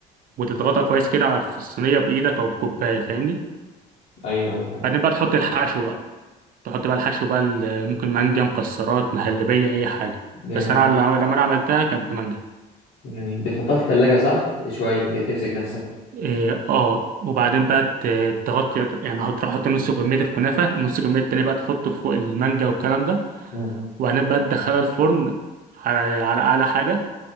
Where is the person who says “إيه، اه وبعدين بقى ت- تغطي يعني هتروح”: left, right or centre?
Right